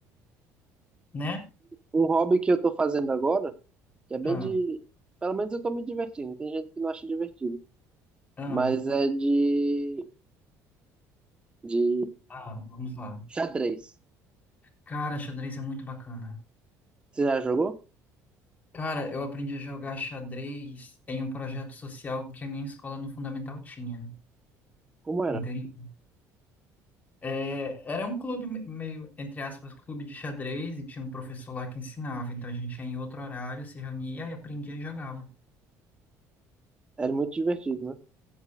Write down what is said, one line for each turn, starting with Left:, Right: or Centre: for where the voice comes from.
Left: né?
Right: Um hobby que eu tô fazendo agora, que é bem
Left: Ah,
Right: de. Pelo menos eu tô me divertindo. Tem gente que não acha divertido.
Left: ah,
Right: mas é de, de
Left: ah, vamos lá.
Right: xadrez.
Left: Cara, xadrez é muito bacana.
Right: Você já jogou?
Left: Cara, eu aprendi a jogar xadrez em um projeto social que a minha escola no Fundamental tinha,
Right: Como era?
Left: entende? É, era um clube me- meio, entre aspas, clube de xadrez e tinha um professor lá que ensinava. Então a gente ia em outro horário, se reunia e aprendia e jogava.
Right: Era muito divertido, né?